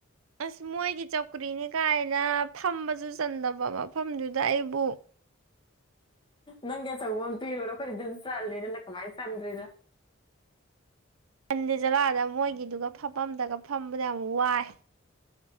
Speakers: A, on the right; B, on the left.
A: ꯑꯁ ꯃꯣꯏꯒꯤ ꯆꯧꯀ꯭ꯔꯤꯅꯤ ꯀꯥꯏꯅ ꯐꯝꯕꯁꯨ ꯆꯟꯗꯕ ꯃꯐꯝꯗꯨꯗ ꯑꯩꯕꯨ
B: ꯅꯪꯒꯤ ꯑꯆꯧꯕ ꯑꯃ ꯄꯤꯔꯨꯔꯣ ꯑꯩꯈꯣꯏꯗꯤ ꯑꯗꯨꯝ ꯆꯜꯂꯦ ꯅꯅꯪ ꯀꯃꯥꯏꯅ ꯆꯟꯗꯔꯤꯅꯣ
A: ꯐꯟꯗꯤꯦ ꯆꯠꯂꯛꯑꯗ ꯃꯣꯏꯒꯤꯗꯨꯒ ꯐꯐꯝꯝꯗꯒ ꯐꯝꯕꯗ ꯌꯥꯝ ꯋꯥꯏ